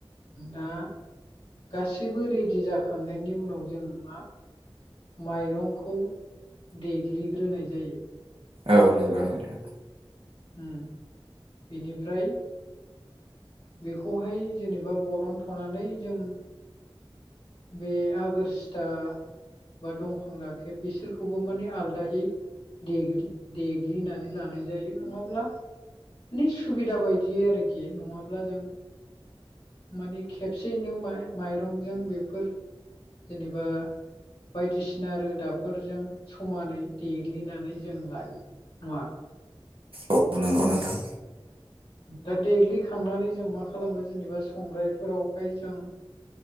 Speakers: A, on the left (about 80°); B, on the right (about 70°).
A: दा गासैबो रेडि जाखांनायनि उनाव जोङो मा माइरंखौ देग्लिग्रोनाय जायो
B: औ नंगौ नोंथां
A: हम बिनिफ्राय बेखौहाय जेनेबा बरन थ'नानै जों बे आगोर सिथा बा दंफां राखेब बिसोरखौबो माने आलादायै दे देग्लिनानै लानाय जायो नङाब्ला माने सुबिदा बायदि आरोखि नङाब्ला जों माने खेबसेयैनो माइरंजों बेफोर जेनेबा बायदिसिना रोदाफोरजों समानै देग्लिनानै जों लायो नाडा़
B: औ नंगौ नोंथां
A: दा देग्लिखांनानै जों मा खालामो जेनेबा संग्रायफोरावहाय जों